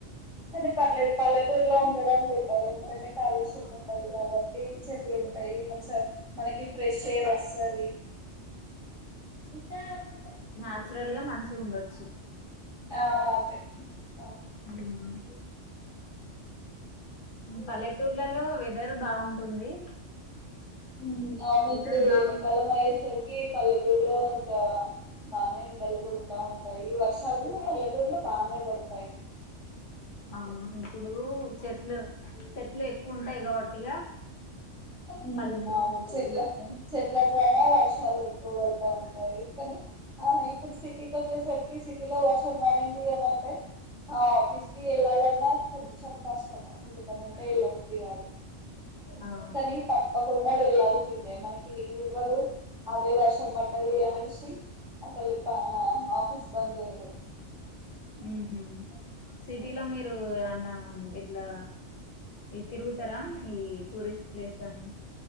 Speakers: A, in the centre; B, on the left.
A: కాని పర్వలేదు పల్లెటూరులో ఉండడం బెట్టరు ఎందుకంటే కాలుష్యం ఉండదు కాబట్టి చెట్లు ఉంటాయి మంచిగా మనకి ఫ్రెష్ ఎయిర్ వస్తది <unintelligible>
B: నాచురల్ గా మంచిగా ఉండొచ్చు
A: ఆ అదే ఓకే
B: ఉమ్ పల్లెటూర్లలో వెదర్ బాగుంటుంది
A: మ్ అవును
B: వెదర్
A: ఇప్పుడు
B: బాగుంటుంది
A: ఎండాకాలం అయ్యేసరికి పల్లెటూరులో ఇంకా బానే ఎండలు కొడతా ఉంటాయి, ఈ వర్షాలు కూడా పల్లెటూరులో బాగానే పడతాయి
B: అవును ఇప్పుడు చెట్లు చెట్లు ఎక్కువ ఉంటాయి కాబట్టిగా
A: మ్
B: పల్లెటూరు
A: అవును
B: మంచిగా
A: చెట్లా
B: గ్రీన్ గా
A: చెట్లా ద్వార వర్షాలు ఎక్కువ పడుతా ఉంటాయి కానీ ఆ ఇప్పుడు సిటీకి వచ్చేసరికి సిటీలో వర్షం పడింది అని
B: <inaudible>
A: ఆఫీస్ కి వెళ్ళాలన్నా కొంచెం కష్టమే ఎందుకనంటే వెళ్ళబుద్ధి గాదు
B: ఆ
A: కానీ తప్పకుండా వెళ్లాల్సిందే మనకి లీవ్ ఇవ్వరు అదే వర్షం పడ్డది అనే చి అసలు ఆఫీస్ బంద్ చెయ్యేరు
B: ఉహ సిటీలో మీరు ఎమ్న్న ఇట్లా ఈ తిరుగుతారా ఈ టూరిస్ట్ ప్లేస్లని